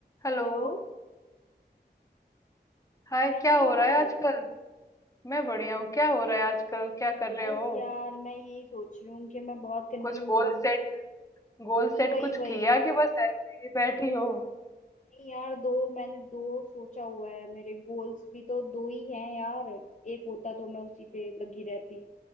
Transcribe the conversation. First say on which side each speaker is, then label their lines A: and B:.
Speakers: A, on the left (about 20°); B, on the left (about 45°).
A: हेलो
B: हेलो
A: हाय
B: कैसे
A: क्या हो
B: हो
A: रहा है आजकल मैं बढ़िया हूँ क्या हो रहा है आजकल क्या कर रहे
B: बस
A: हो
B: यार मैं यही सोच रही हूँ कि मैं बहुत कंफ्यूज
A: कुछ गोल
B: हूँ
A: सेट गोल
B: वही
A: सेट
B: वही
A: कुछ
B: वही
A: किया कि बस ऐसे ही बैठी हो
B: नहीं यार दो मैंने दो सोचा हुआ है मेरे गोल्स भी तो दो ही हैं यार एक होता तो मैं उसी पे लगी रहती